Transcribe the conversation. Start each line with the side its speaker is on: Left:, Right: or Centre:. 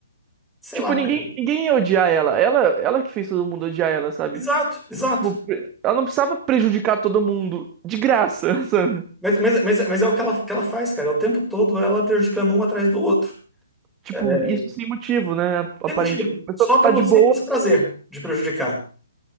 Centre: Sei
Right: Tipo,
Centre: lá,
Right: ninguém,
Centre: cara.
Right: ninguém ia odiar ela. Ela, ela que fez todo mundo odiar ela, sabe?
Centre: Exato, exato.
Right: Tipo, pre- ela não precisava prejudicar todo mundo de graça, <laughs> sabe?
Centre: Mas, mas, mas, mas é o que ela, que ela faz, cara. É O tempo todo ela prejudicando um atrás do outro.
Right: Tipo,
Centre: É,
Right: isso sem motivo, né?
Centre: tem
Right: Aparente.
Centre: motivo.
Right: Tipo, A pessoa
Centre: Só pelo
Right: tá de
Centre: simples
Right: boa.
Centre: prazer de prejudicar.